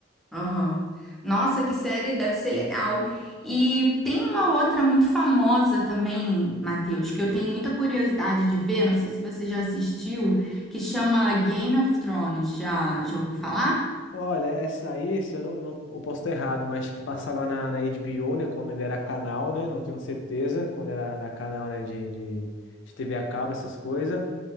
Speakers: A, in the centre; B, on the left.
A: Aham. Nossa, que série deve ser legal. E tem uma outra muito famosa também, Matheus, que eu tenho muita curiosidade de ver, não sei se você já assistiu, que chama Game of Thrones. Já, já ouviu falar?
B: Olha, essa aí, se eu não, não- eu posso estar errado, mas que passava na, na HBO, né? Quando ainda era canal, né? Não tenho certeza, quando era, era canal, né? De, de, de TV a cabo, essas coisas.